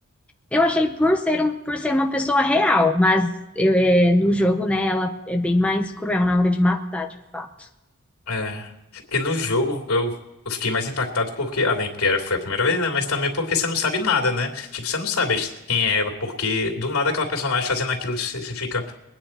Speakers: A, in the centre; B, on the left.
A: Eu achei por ser, um, por ser uma pessoa real, mas eu, é, no jogo, né, ela é bem mais cruel na hora de matar, de fato.
B: É. Porque no jogo eu, eu fiquei mais impactado porque, além porque era, foi a primeira vez, né? Mas também porque você não sabe nada, né? Tipo, você não sabe a his- quem é ela, porque do nada aquela personagem fazendo aquilo, você, você fica.